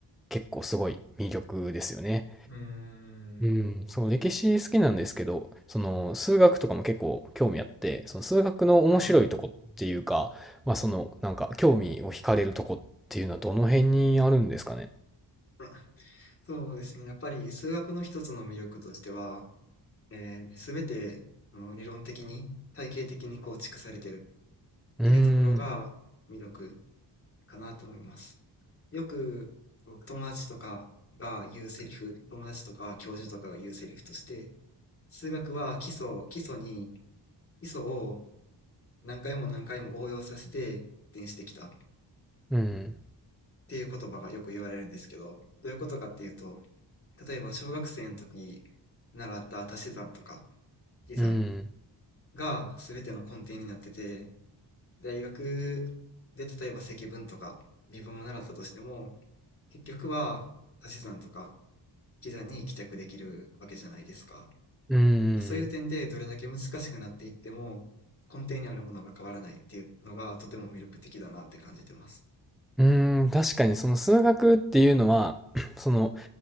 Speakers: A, in the centre; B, on the left.
A: 結構すごい魅力ですよね。
B: うーん。
A: うん、その歴史好きなんですけどその数学とかも結構興味あってその数学の面白いとこっていうかまあそのなんか興味を惹かれるとこっていうのはどの辺にあるんですかね
B: ああ。<coughs> そうですね。やっぱり数学の一つの魅力としては、えー、すべて、あの、理論的に、体系的に構築されてるっていうところが魅力
A: うーん
B: かなと思います。よく、僕友達とかが言うセリフ、友達とか教授とかが言うセリフとして、数学は基礎、基礎に、基礎を何回も何回も応用させて発展してきたっ
A: うん
B: ていう言葉がよく言われるんですけど、どういうことかっていうと、例えば小学生の時習った足し算とか引き算
A: うん。
B: が全ての根底になってて、大学で例えば積分とか微分も習ったとしても、結局は足し算とか引き算に帰着できるわけじゃないですか。
A: うん。
B: まあ、そういう点でどれだけ難しくなっていっても、根底にあるものが変わらないっていうのがとても魅力的だなって感じてます。
A: うん。確かにその数学っていうのは、<clears throat> その、